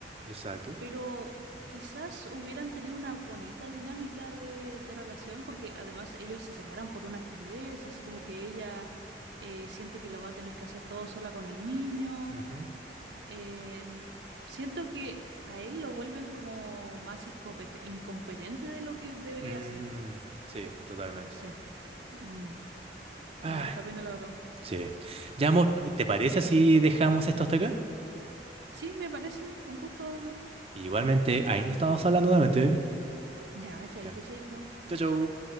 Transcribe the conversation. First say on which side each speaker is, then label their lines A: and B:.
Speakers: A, on the right; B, on the right.
A: Exacto.
B: pero quizás hubieran tenido una bonita dinámica de, de relación porque además ellos se separan por una estupidez, así como que ella eh, siente que lo va a tener que hacer todo sola con el niño.
A: Ujú.
B: Eh, siento que a él lo vuelven como más incompet- incompetente de lo que debería
A: Mm,
B: ser.
A: sí, totalmente.
B: No sé. Mm, me
A: Ah,
B: da harta pena, la verdad.
A: sí. Ya, amor, ¿te parece si dejamos esto hasta acá?
B: Sí, me parece. Un gusto, amor.
A: Igualmente, ahí nos estamos hablando nuevamente.
B: Ya, chaito,
A: Ya.
B: chaito.
A: Chau, chau.